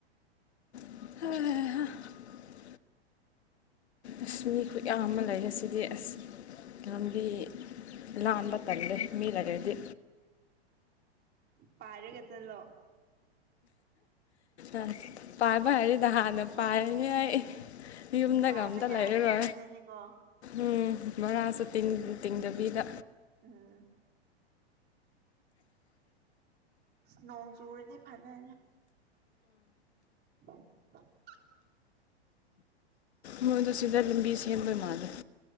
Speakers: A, on the left (about 80°); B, on the right (about 30°).
A: ꯑ ꯑꯁꯃꯤ ꯈꯨꯌꯥ ꯑꯃ ꯂꯩꯌꯦ ꯑꯁꯤꯗꯤ ꯑꯁ ꯂꯝꯕꯤ ꯂꯝꯕ ꯇꯝꯗꯦ ꯃꯤ ꯂꯩꯔꯗꯤ
B: ꯄꯥꯔ ꯀꯦꯠꯇꯂꯣ
A: ꯑ ꯄꯥꯏꯕ ꯍꯥꯏꯔꯤꯗ ꯍꯥꯟꯅ ꯄꯥꯏꯔꯅꯤ ꯑꯩ ꯌꯎꯨꯝꯗ
B: ꯄꯥꯏꯕ
A: ꯈꯝꯗ
B: ꯌꯥꯔꯗꯤ
A: ꯂꯩꯔꯦꯔ
B: ꯐꯗꯣꯏꯅꯤꯀꯣ
A: ꯎꯝ ꯕꯣꯔꯥꯁꯨ ꯇꯤꯡꯗꯕꯤꯗ
B: ꯎꯝ ꯅꯣꯡ ꯆꯨꯔꯗꯤ ꯐꯅ <inaudible>
A: ꯃꯣꯏ ꯑꯗꯨ ꯁꯤꯗ ꯂꯝꯕꯤ ꯁꯦꯝꯕ ꯃꯥꯜꯂꯦ